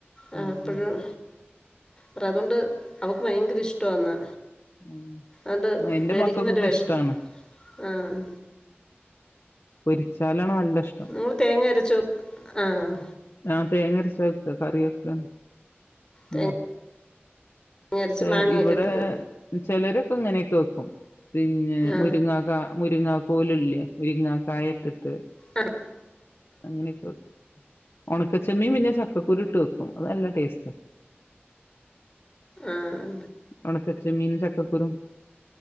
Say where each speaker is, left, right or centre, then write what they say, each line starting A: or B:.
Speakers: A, on the left; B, on the left.
A: ആ
B: ഉം
A: അപ്പഴും
B: ഉം
A: പ്രതൊണ്ട് അവക്ക് ഭയങ്കര ഇഷ്ടാന്നാ
B: ഉം
A: ആണ്ട്
B: ആഹ് എന്റെ
A: മേടിക്കുമ്പൊര്
B: മക്കൾക്കൊക്കെ
A: വെഷ്
B: ഇഷ്ടാണ്
A: ആഹ്
B: പൊരിച്ചാലാണ് നല്ല ഇഷ്ടം
A: ങ്ങള് തേങ്ങരച്ചു വെ ആഹ്
B: ആ തേങ്ങര്ച്ച വെക്ക കറി വെക്ക
A: തേങ്ങ
B: മ്
A: അരച്ച്
B: ക്ഷേ
A: മാങ്ങയൊക്കെ
B: ഇവടെ
A: ഇട്ട് വെക്കുവോ
B: ചെലരൊക്കെ ഇങ്ങനെയൊക്കെ വെക്കും. പിന്നെ
A: ആ
B: മുരിങ്ങാക മുരിങ്ങ കോല് ല്ലെ മുരിങ്ങ കായക്കെട്ട്
A: ആഹ്
B: അങ്ങനെ ക്കെ വെക്കും ഒണക്കച്ചെമീൻ പിന്നെ ചക്കക്കുരുട്ട് വെക്കും അത് നല്ല ടേസ്റ്റാ
A: ആഹ്
B: ഒണക്ക ചെമ്മീനും ചക്കക്കുരും